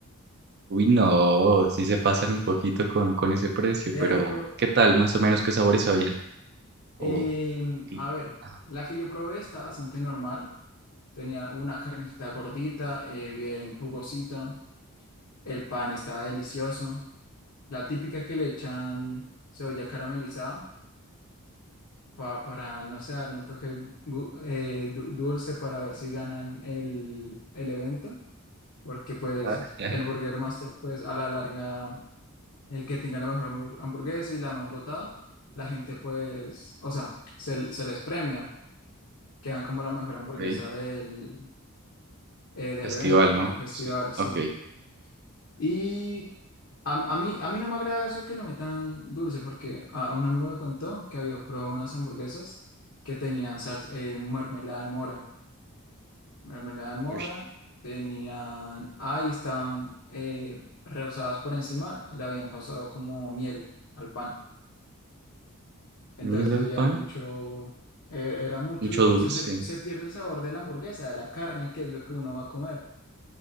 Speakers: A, on the right; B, on the left.
A: Uy, no, sí se pasan un poquito con, con ese precio,
B: Y
A: pero
B: hay un pro-
A: ¿qué tal más o menos qué sabores había? O
B: em,
A: Sí.
B: a ver,
A: Ah,
B: la que yo probé está bastante normal, tenía una carnecita gordita, eh, bien jugosita, el pan está delicioso, la típica que le echan cebolla caramelizada. pa- para, no sé, darle un toque gu- eh, du- dulce para ver si ganan el, el evento, porque pues
A: <laughs>
B: el Burger Master, pues a la larga, el que tenga la mejor hamburg- hamburguesa y la más votada, la gente pues, o sea, se, se les premia, quedan como la mejor hamburguesa
A: ok, del
B: del, eh, del
A: festival,
B: evento,
A: ¿no?
B: del festival,
A: Sí,
B: sí.
A: ok.
B: Y a, a mí, a mí no me agrada eso que le metan dulce, porque a, a un amigo me contó que había probado unas hamburguesas que tenían salsa, eh, mermelada de mora. Mermelada de mora,
A: Uy,
B: tenían, ahí estaban eh, rebozadas por encima, le habían pasado como miel al pan. Entonces
A: miel
B: eso
A: al
B: ya
A: pan,
B: es mucho, e- era mucho
A: mucho
B: dulce,
A: dulce.
B: se, se pierde el sabor de la hamburguesa, de la carne, que es lo que uno va a comer.